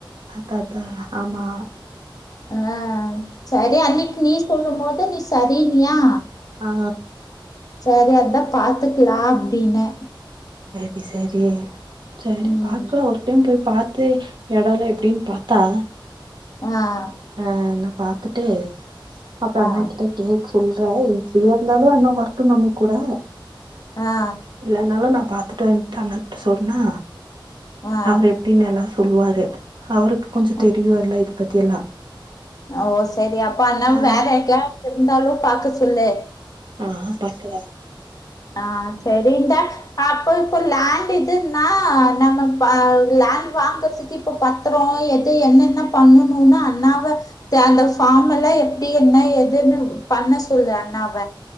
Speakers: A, on the right; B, on the left.
A: அத அத ஆமா
B: ஆஹ் சரி அன்னைக்கு நீ சொல்லும் போது நீ சரினியா
A: ஆ
B: சரி அதா பாத்துக்கலா அப்படனு
A: சரி சரி சரி
B: ம்
A: பாாரக்கலா ஒரு டைம் போய் பா தெ இடம்ல எப்படின்னு பார்த்தா
B: ஆஹ்
A: அஹ் நா பாத்துட்டு அப்ரோ
B: ஆ
A: அண்ணா கிட்ட கேக் சொல்றே ஃப்ரீயா இருந்தாலு அண்ணா வரட்டு நம்ம கூட
B: ஆ
A: இல்லனாலு நா பாத்துட்டு வந்ட்டு அண்ணாகிட்ட சொன்னா
B: ஆ
A: அவரு எப்டின் எல்லா சொல்லுவாரு அவருக்கு கொஞ்சம்
B: ஆ.
A: தெரியு இல்ல இத பத்தி எல்லா
B: ஓ செரி அப்ப அண்ணாவ
A: ஆ
B: வேற எங்காயாது இருந்தாலு பாக்க சொல்லு
A: ஆஹான் பாக்குல
B: ஆஹ் செரி இந்த அப் இப்ப இப்போ லேண்ட் இதுன்னா நம்ம ப லேண்ட்டு வாங்கறதுக்கு இப்ப பத்தரோ எது என்னென்ன பண்ணணும்ன்னா அண்ணாவ <unintelligible> அந்த ஃபார்ம் எல்லா எப்டி என்ன எதுன்னு பண்ண சொல்லு அண்ணாவ